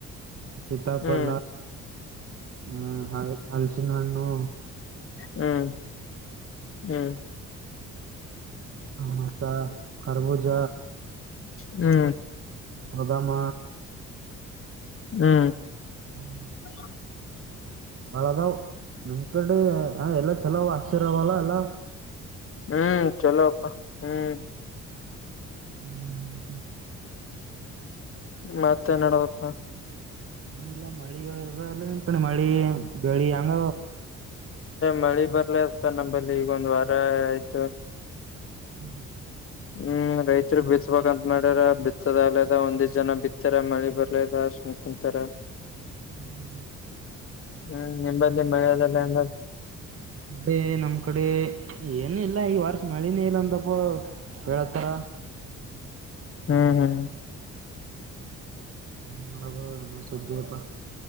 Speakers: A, on the right (about 50°); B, on the left (about 45°).
A: ಸೀತಾಪಲ
B: ಹ್ಮ್
A: ಹ್ಮ್ ಹಾ ಹಲ್ಸ ಚಿನಣ್ಣು
B: ಹ್ಮ್ ಹ್ಮ್
A: ಮತ್ತ ಕರಬೂಜ
B: ಹ್ಮ್
A: ಹದಾಮ
B: ಹ್ಮ್
A: ಹ್ಮ್
B: ಹ
A: ಬಳದಾವ್ ನಿಮ್ ಕಡೆ ಎಲ್ಲ ಚಲೋ ಆಶ್ಚರ್ಯವಲ್ಲ ಎಲ್ಲ
B: ಹ್ಮ್ ಚಲೋ ಅಪ್ಪ ಹ್ಮ್
A: ಹ್ಮ್ ಹ್ಮ್ ಹ್ಮ್
B: ಮತ್ತೆ ನಡದಪ್ಪಾ
A: ಮನಲ್ಲ ಮಳಿ ಎಲ್ಲ ನಿಕಣಿ ಮಳಿ ಗಳ ಯಂಗ
B: ಮಳಿ ಬರ್ಲಪ್ಪ ನಂಬಲ್ಲಿ ಈಗ ಒಂದ್ ವಾರ ಆಯ್ತು
A: ಹ್ಮ್
B: ಹ್ಮ್ ರೈತರು ಬಿತ್ಬೇಕಕ್ಂತ ಮಾಡ್ಯಾರ ಬಿತ್ತದಲದ ಒಂದಿಜ್ ಜನ ಬಿತ್ತಾರ ಮಳಿ ಬರ್ಲದ ಸುಂಕಂತಾರ
A: ಹ್ಮ್
B: ಹ್ಮ್ ನಿಂಬಲ್ಲಿ ಮಳೆದಲ್ಲ ಎಂಬ
A: ಮಳೆ ನಮ್ ಕಡೆ ಏನು ಇಲ್ಲ ಈ ವಾರ್ಷ ಮಳೆನೇ ಇಲ್ಲಂತ ಪ್ಪ ಹೇಳತಾರ
B: ಹ್ಮ್ ಹ್ಮ್
A: ಮಾಡಬ ಏನ ಸುದ್ದಿಿಯಪ್ಪಾ